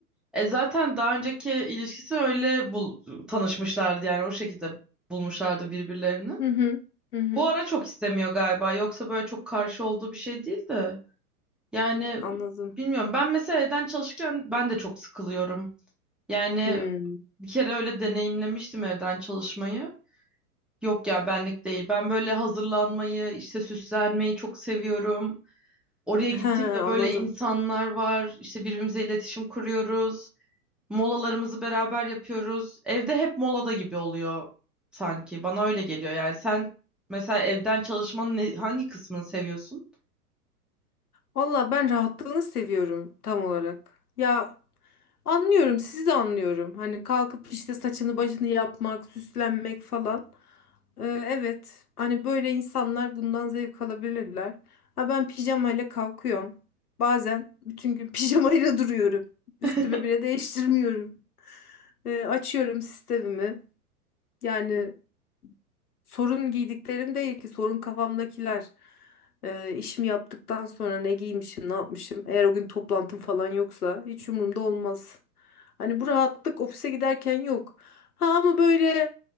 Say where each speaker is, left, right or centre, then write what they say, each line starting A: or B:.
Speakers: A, in the centre; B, on the left (about 75°).
A: E zaten daha önceki ilişkisi öyle bul tanışmışlardı yani o şekilde bulmuşlardı birbirlerini.
B: <laughs> Hı hı. Hı hı.
A: Bu ara çok istemiyor galiba. Yoksa böyle çok karşı olduğu bir şey değil de. Yani
B: Anladım.
A: bilmiyorum. Ben mesela evden çalışırken ben de çok sıkılıyorum. Yani
B: Hmm.
A: bir kere öyle deneyimlemiştim evden çalışmayı. Yok ya benlik değil. Ben böyle hazırlanmayı, işte süslenmeyi çok seviyorum. Oraya gittiğimde
B: He, anladım.
A: böyle insanlar var. İşte birbirimize iletişim kuruyoruz. Molalarımızı beraber yapıyoruz. Evde hep molada gibi oluyor sanki. Bana öyle geliyor. Yani sen mesela evden çalışmanın ne- hangi kısmını seviyorsun?
B: Valla ben rahatlığını seviyorum tam olarak. Ya Anlıyorum, sizi de anlıyorum. Hani kalkıp işte saçını başını yapmak, süslenmek falan. Ee, evet, hani böyle insanlar bundan zevk alabilirler. Ha ben pijamayla kalkıyorum. Bazen bütün gün <laughs> pijamayla duruyorum. Üstümü
A: <laughs>
B: bile değiştirmiyorum. Ee, açıyorum sistemimi. Yani Sorun giydiklerim değil ki sorun kafamdakiler. Ee, işimi yaptıktan sonra ne giymişim, ne yapmışım. Eğer o gün toplantım falan yoksa hiç umurumda olmaz. Hani bu rahatlık ofise giderken yok. Ha ama böyle